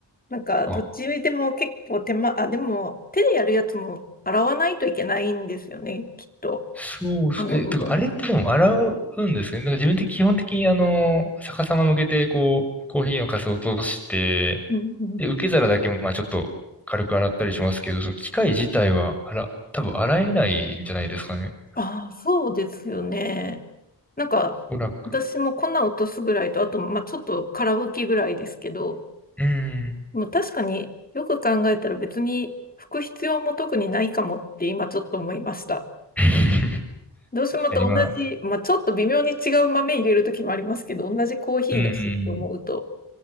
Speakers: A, on the left; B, in the centre.
A: なんかどっちでも結構手間、
B: あ
A: あ、でも手でやるやつも洗わないといけないんですよね、きっと。
B: そうす、
A: あの部分。
B: え、とか、あれってでも洗うんですね。なんか自分的、基本的にあの、逆さま向けて、こう、コーヒーのかすを落として、
A: うんうん。
B: で、受け皿だけ、まあちょっと軽く洗ったりしますけど、その機械自体は、あら、多分洗えないんじゃないですかね。
A: ああ、そうですよね。なんか私も粉落とすぐらいと、
B: おそらく。
A: あと、まあちょっと空拭きぐらいですけど、
B: うーん。
A: もう確かによく考えたら別に拭く必要も特にないかもって今ちょっと思いました。
B: <laughs> 確
A: どうしてもと同じ、
B: かに、まあ、
A: まあ、ちょっと微妙に違う豆入れるときもありますけど、同じコーヒーだしって思うと、
B: うーん。